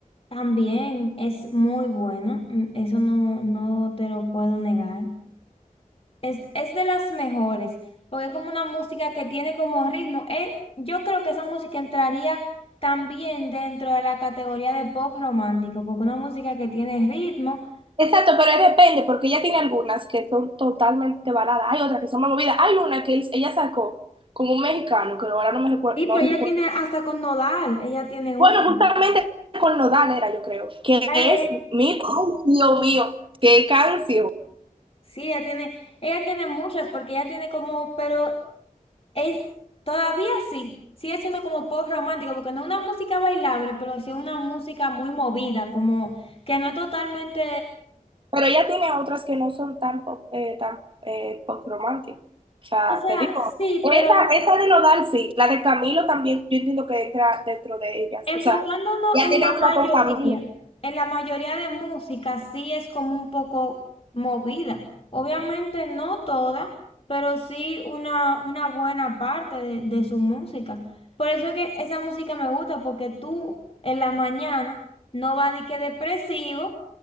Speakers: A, on the left (about 45°); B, on the right (about 40°).
A: también es muy bueno. Mm, Eso no, no te lo puedo negar. Es, es de las mejores, porque es como una música que tiene como ritmo. Eh, yo creo que esa música entraría también dentro de la categoría de pop romántico, porque una música que tiene ritmo.
B: Exacto, pero es depende, porque ella tiene algunas que son totalmente baladas, hay otras que son más movidas, hay una que él- ella sacó con un mexicano, que ahora no me recuerdo,
A: Sí,
B: no
A: pero
B: recuerdo.
A: ella tiene hasta con nodal, ella tiene un.
B: Bueno, justamente con Nodal era, yo creo, que
A: Eh,
B: es mi, ay, Dios mío, qué canción.
A: sí, ella tiene, ella tiene muchas, porque ella tiene como, pero es todavía sí, sigue siendo como pop romántico, porque no es una música bailable, pero sí es una música muy movida, como que no es totalmente.
B: Pero ella tiene otras que no son tan pop, eh, tan eh, pop romantic. O sea,
A: O sea,
B: te digo,
A: sí, pero
B: esa, esa de Nodal sí, la de Camilo también, yo entiendo que entra dentro de ellas.
A: Enfocándonos
B: O sea, ella
A: en
B: tiene
A: la
B: una
A: mayoría,
B: con Camilo.
A: en la mayoría de música sí es como un poco movida. Obviamente no toda, pero sí una, una buena parte de, de su música. Por eso es que esa música me gusta, porque tú en la mañana no vas de que depresivo,